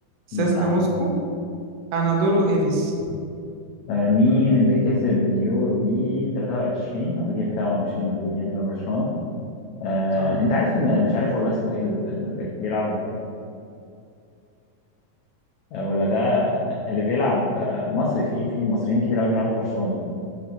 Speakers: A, on the right (about 75°); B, on the left (about 80°).
A: سيسكا
B: مم، لا
A: موسكو
B: برضه.
A: أنادولو إيفيس
B: آه، مين اللي كسب اليورو ليج 23 هو اكيد طبعا مش ريال مدريد يعني ولا برشلونه آه،
A: صح
B: انت عارف ان مش عارف والله اسمه ايه ال- ال- اللي بيلعب آه، ولا ده آه، اللي بيلعب آه، مصري في في مصريين كتير قوي بيلعبوا في برشلونة